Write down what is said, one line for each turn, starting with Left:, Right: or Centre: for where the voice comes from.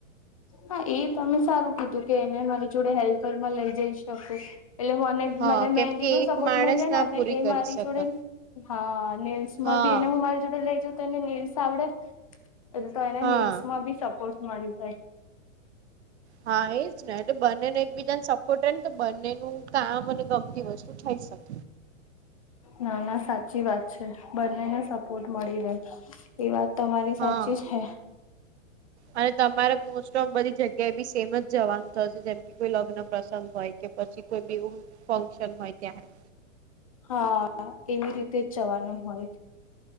Left: હા એ તમે સારું કીધું કે એને મારી જોડે હેલ્પર માં લઈ જઈ શકુ. એટલે મને
Right: હા
Left: મને મહેંદી
Right: કેમ કે
Left: નો
Right: એક
Left: સપોર્ટ
Right: માણસ
Left: મળી જાય
Right: ના
Left: ને અને
Right: પૂરી
Left: એ
Right: કરી
Left: મારી
Right: શકે
Left: જોડે હા નેલ્સમાં
Right: હા
Left: બી એને હું મારી જોડે લઈ જાઉ તો એને નેલ્સ આવડે? એટલે તો એને
Right: હા
Left: નેઇલ્સ માં બી સપોર્ટ મળી જાય
Right: હા એજ ને એટલે બંને ને એકબીજાને સપોર્ટને બંનેનું કામ અને ગમતી વસ્તુ થઈ શકે?
Left: ના ના સાચી વાત છે બંનેને સપોર્ટ મળી રહે એ વાત તમારી
Right: હા
Left: સાચી છે.
Right: અને તમારે મોસ્ટ ઓફ બધી જગ્યાએ બી સેમ જવાનું થશે જેમ કે કોઈ લગ્ન. પ્રસંગ હોય કે પછી કોઈ બી એવું ફંક્શન હોય ત્યારે
Left: હા એવી રીતે જ જવાનું હોય.